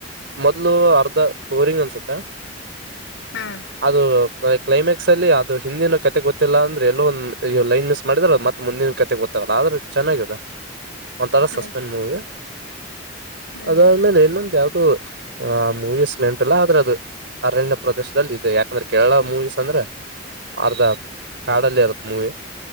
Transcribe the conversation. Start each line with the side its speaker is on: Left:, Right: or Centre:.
Right: ಮೊದ್ಲು ಅರ್ಧ ಬೋರಿಂಗ್ ಅನ್ಸುತ್ತ.
Left: ಹ್ಮ್
Right: ಅದು ಕ್ಲೈಮ್ಯಾಕ್ಸ್ ಅಲ್ಲಿ ಅದು ಹಿಂದಿನ ಕತೆ ಗೊತ್ತಿಲ್ಲ ಅಂದ್ರೆ ಎಲ್ಲೋ ಒ ಲೈನ್ ಮಿಸ್ ಮಾಡಿದ್ರ ಮತ್ತ. ಮುಂದಿನ ಕತೆ ಗೊತ್ತಾಗಲ್ಲ ಆದ್ರೂ ಚೆನ್ನಾಗಾದ. ಒಂಥರ
Left: ಹ್ಮ್
Right: ಸಸ್ಪೆಂಡ್ ಮೂವಿ
Left: ಹ್ಮ್
Right: ಅದಾದ್ಮೇಲೆ ಇನ್ನೊಂದು ಯಾವ್ದು. ಆ ಮೂವೀಸ್ ನೆನ್ಪಿಲ್ಲಾ ಆದ್ರ ಅದು ಅರಣ್ಯ ಪ್ರದೇಶದಲ್ಲಿ ಇದೇ ಯಾಕಂದ್ರ ಕೇರಳ ಮೂವೀಸ್ ಅಂದ್ರ. ಅರ್ಧ ಕಾಡಲ್ಲಿ ಇರುತ್ತ ಮೂವಿ.